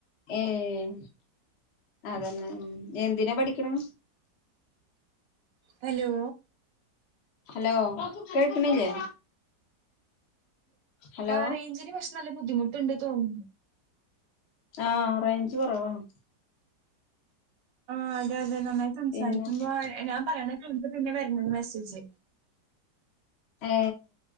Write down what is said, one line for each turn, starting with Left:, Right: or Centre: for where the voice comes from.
Left: ഏഹ് അതന്നെ എന്തിനാ പഠിക്കണെ?
Right: ഹലോ
Left: ഹലോ കേക്ക്ണില്ലേ? ഹലോ
Right: ആ റേഞ്ചിന് പക്ഷെ നല്ല ബുദ്ധിമുട്ടുണ്ട് തോന്നുന്നു.
Left: ആഹ് റേഞ്ച് കൊറവാണ്.
Right: ആഹ് അതെ അതെ നന്നായി സംസാരിക്കുമ്പോ
Left: പിന്നെ
Right: ഞാൻ പറയണ കയിഞ്ഞിട്ട് പിന്നെ വർണത് മെസ്സേജ്
Left: ഏ,